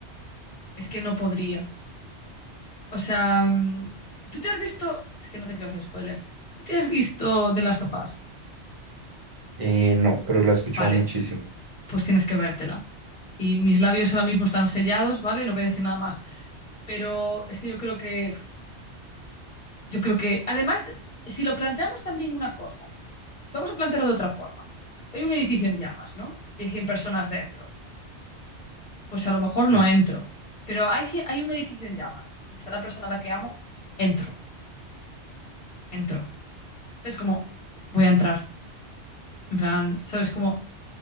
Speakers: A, on the left; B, on the right.
A: es que no podría. O sea, mm, tú te has visto, es que no te quiero hacer spoilers, tú te has visto The Last of Us,
B: Eh, no, pero la he escuchado
A: vale,
B: muchísimo.
A: pues tienes que vértela. Y mis labios ahora mismo están sellados, ¿vale? No voy a decir nada más. Pero es que yo creo que, yo creo que, además, si lo planteamos también una cosa, vamos a plantearlo de otra forma. Hay un edificio en llamas, ¿no? Y hay 100 personas dentro. pues a lo mejor no
B: Sí,
A: entro. Pero hay, cien- hay un edificio en llamas y está la persona a la que amo, entro, entro. Es como, voy a entrar. En plan, ¿sabes? Como,